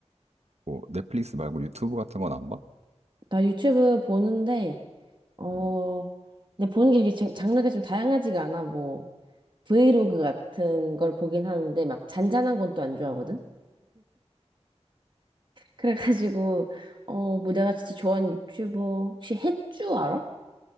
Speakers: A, on the right; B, on the right.
A: 뭐 넷플릭스 말고 유튜브 같은 건 안 봐?
B: 나 유튜브 보는데, 어,
A: 음,
B: 근데 보는 게 이렇게 장- 장르가 좀 다양하지가 않아. 뭐, 브이로그 같은 걸 보긴 하는데, 막 잔잔한 건 또 안 좋아하거든? 그래가지고, 어, 뭐 내가 진짜 좋아하는 유튜버, 혹시 햇주 알아?